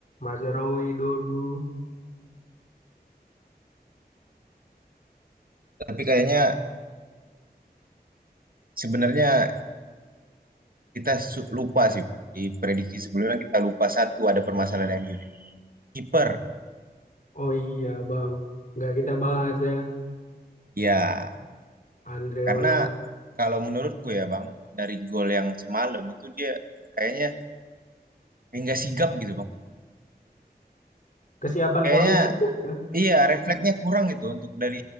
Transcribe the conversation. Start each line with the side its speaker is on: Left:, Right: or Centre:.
Left: Mazraoui, Dorgu.
Right: Tapi kayaknya sebenarnya kita su- lupa sih di prediksi sebelumnya kita lupa satu ada permasalahan MU. Kiper,
Left: Oh iya bang, nggak kita bahas ya,
Right: ya
Left: Andre
Right: karena
Left: Onana.
Right: kalau menurutku ya Bang dari gol yang semalam itu dia kayaknya hingga sigap gitu bang.
Left: Kesiapan
Right: Kayaknya
Left: posisinya ya.
Right: iya refleksnya kurang itu untuk dari